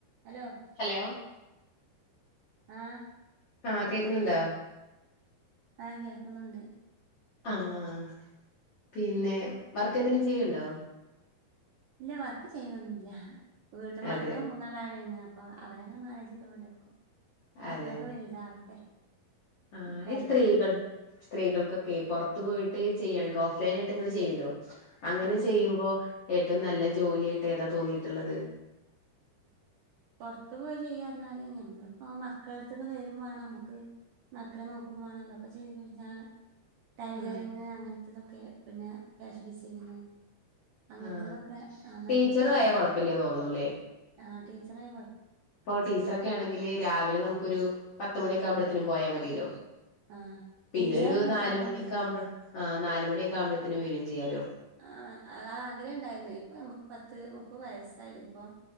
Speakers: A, on the right; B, on the left.
A: ഹലോ
B: ഹലോ
A: ആഹ്
B: ആഹ കേക്കുന്നുണ്ടോ
A: ആഹ് കേൾക്കുന്നുണ്ട്
B: ആഹ് പിന്നെ വർക്ക് എന്തേങ്കും ചെയ്യണ്ടോ
A: ഇല്ല വർക്ക് ചെയ്യുന്നൊന്നില്ല വീട്ട മക്കള്
B: അതെ
A: മൂന്നാള ആയാ പിന്നെ അപ്പ അവരങ്ങനെ മാനേജ്തൊണ്ടിരിക്കും മക്കളൊക്കെ
B: അതെ
A: വലുതാവട്ടെ അപ്പം
B: ആഹ്
A: പഠിപ്പ്
B: സ്ത്രീകൾ സ്ത്രീകൾക്കൊക്കെ പുറത്തു പോയിട്ട് ചെയ്യുകയാണെങ്കിൽ ഓഫ്ലൈൻ ആയിട്ട് ഇങ്ങനെ ചെയ്യല്ലോ അങ്ങനെ
A: ആഹ്
B: ചെയ്യുമ്പോ ഏറ്റവും നല്ല ജോലിയായിട്ട് ഏതാ തോന്നിയിട്ടുള്ളത്
A: പുൊറത്ത്ു പോയി ചെയ്യാ പറഞ്ഞാല് ഞമ്മളിപ്പോ മക്കളടുത്തൊക്കെ വരുമ്പോണ് നമ്മുക്ക് മക്കളെ നോക്കുമോണം എന്നൊക്കെ ചെയ്ത്ഴിഞ്ഞാൽ ടൈലറിങ്
B: ആഹ്
A: അങ്ങനത്തതൊക്കെ പിന്നെ ഫാഷൻ ഡിസൈനിങ് അങ്ങനത്തതൊക്കെ
B: ആഹ്
A: ആ നല്ലൊരുതായിരുന്നു
B: ടീച്ചർ ആയ കുഴപ്പമില്ല തോന്നണൂല്ലേ
A: ആ ടീച്ചറായി
B: ഇപ്പൊ ടീച്ചറൊക്കെ ആണെങ്കില് രാവിലെ നമുക്കൊരു പത്ത് മണിയൊക്കെ ആവുമ്പഴേനും
A: ആഹ്
B: പോയാൽ മതിയല്ലോ
A: ആഹ്
B: പിന്നെരു
A: ടീച്ചറായ കൊഴപ്പല്ല
B: നാല മണിയ
A: ടീ
B: ഒക്കെ ആവുമ്പോ ആ് നാല മണിയൊക്ക ആവുമ്പോഴത്തേനും വരയും ചെയ്യാലോ
A: ആഹ് ആ ആഗ്രഹം ഉണ്ടായിരുന്നു ഇപ്പൊ നമ്മുക്ക് പത്ത് മുപ്പത് വയസ്സായില്ലെ ഇപ്പൊ